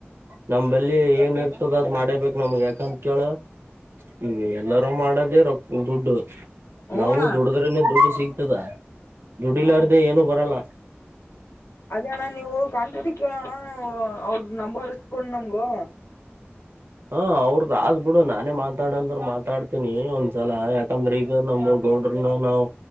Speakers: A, on the right (about 65°); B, on the left (about 80°).
A: ನಮ ಬಲ್ಲಿ ಏನ್ ಇರ್ತದ ಅದ್ ಮಾಡೇಬೇಕ್ ನಮಗ್ ಯಾಕಂತ ಕೇಳು. ಈ ಎಲ್ಲಾರೂ ಮಾಡದೇ ರೊ ದುಡ್ಡು.
B: ಹ್ಮ
A: ನಾವು
B: ಅಣ್ಣ
A: ದುಡದ್ರೇನೆ ದುಡ್ಡು ಸಿಗ್ತದ ದುಡ್ಡಿಲಾರ್ದೇ ಏನು ಬರಲ್ಲ.
B: ಅದೇ ಅಣ್ಣ ನೀವು ಕಾಂಟ್ರಾಕ್ಟ್ ಕೇಳೋಣ ಅವ್ರ ನಂಬರ್ ಇಸ್ಕೊಂಡ್ ನಮ್ಗು.
A: ಹ್ ಅವ್ರದೂ ಆದ್ಡ್ ಬುಡು ನಾನೇ ಮಾತಾಡಂದ್ರೆ ಮಾತಾಡ್ತೀನಿ ಒಂದ್ಸಲ ಯಾಕಂದ್ರೆ ಈಗ ನಮ್ ಗೌಡ್ರನು ನಾವ್